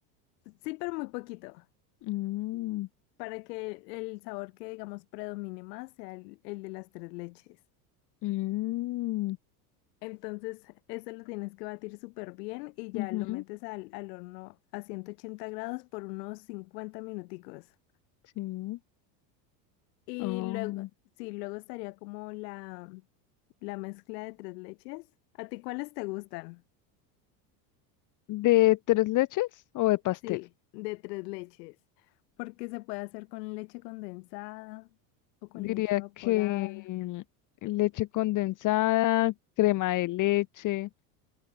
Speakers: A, on the left; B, on the left.
A: sí, pero muy poquito,
B: Mm,
A: para que el sabor que digamos predomine más sea el, el de las tres leches.
B: mm,
A: Entonces eso lo tienes que batir súper bien y ya
B: ujú,
A: lo metes al, al horno a 180 grados por unos 50 minuticos.
B: Sí.
A: Y
B: Oh,
A: luego, sí, luego estaría como la, la mezcla de tres leches. ¿A ti cuáles te gustan?
B: ¿De tres leches o de pastel?
A: Sí, de tres leches. Porque se puede hacer con leche condensada o con
B: Diría
A: leche evaporada.
B: que leche condensada, crema de leche.